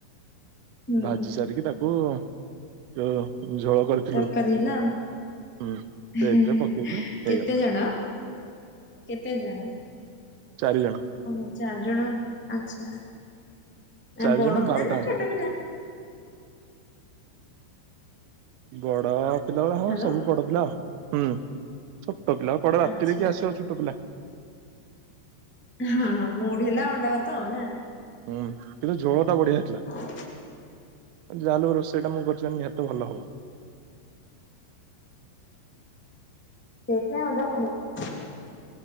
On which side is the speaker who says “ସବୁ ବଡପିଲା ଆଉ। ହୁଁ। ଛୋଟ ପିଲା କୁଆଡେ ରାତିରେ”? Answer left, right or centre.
Right